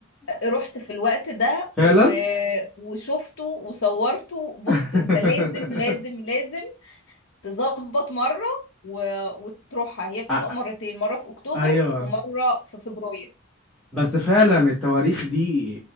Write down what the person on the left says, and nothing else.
آه، رحت في الوقت ده
و... وشفته وصورته بص
انت لازم لازم لازم تظبط مره و... وتروحها هي بتبقى
مرتين مره في اكتوبر
ومره في فبراير